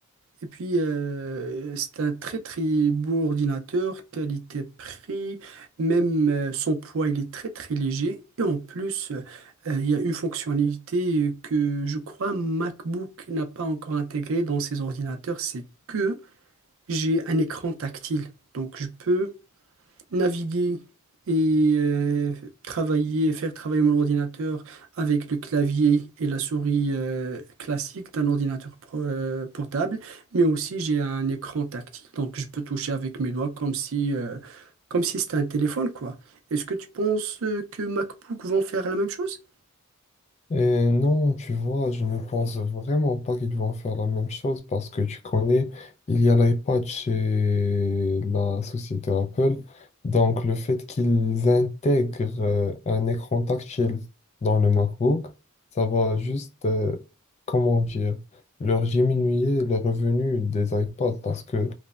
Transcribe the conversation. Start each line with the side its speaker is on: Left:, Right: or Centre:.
Right: Et puis, euh, c'est un très très beau ordinateur, qualité-prix, même euh, son poids, il est très très léger. Et en plus, euh, il y a une fonctionnalité que je crois MacBook n'a pas encore intégrée dans ses ordinateurs, c'est que j'ai un écran tactile. Donc, je peux Naviguer et euh, travailler, faire travailler mon ordinateur avec le clavier et la souris euh, classique d'un ordinateur pro- euh, portable, mais aussi j'ai un écran tactile, donc je peux toucher avec mes doigts comme si, euh, comme si c'était un téléphone, quoi. Est-ce que tu penses euh, que MacBook vont faire la même chose?
Left: Et non, tu vois, je ne pense vraiment pas qu'ils vont faire la même chose parce que tu connais, il y a l'iPad chez la société Apple. Donc, le fait qu'ils intègrent euh, un écran tactile dans le MacBook, ça va juste, euh, comment dire, leur diminuer les revenus des iPads parce que